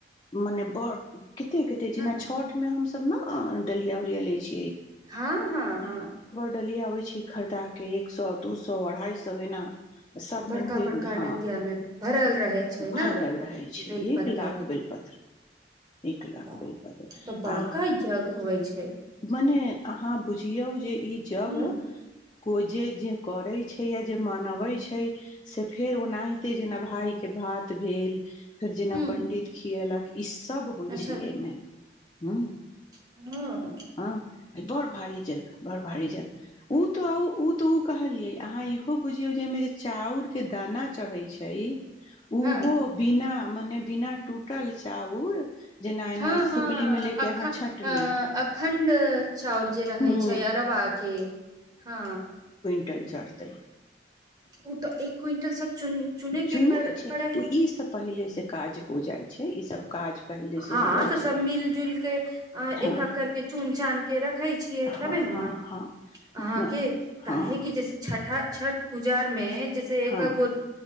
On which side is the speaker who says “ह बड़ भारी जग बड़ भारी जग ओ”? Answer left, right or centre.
Left